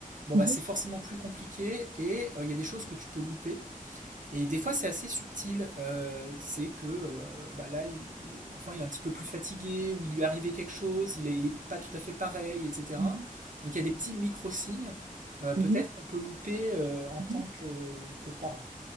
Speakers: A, on the right; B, on the right.
A: bon,
B: mhm,
A: bah, c'est forcément plus compliqué et euh, il y a des choses que tu peux louper. Et des fois, c'est assez subtil. Euh, c'est que euh, bah, là, il- le- l'enfant, il est un petit peu plus fatigué ou il lui est arrivé quelque chose, il n'est est pas tout à fait pareil, etc.
B: mhm,
A: Donc, il y a des petits micro-signes, euh, peut-être
B: mhm,
A: qu'on peut louper euh, en
B: mhm,
A: tant que que parent.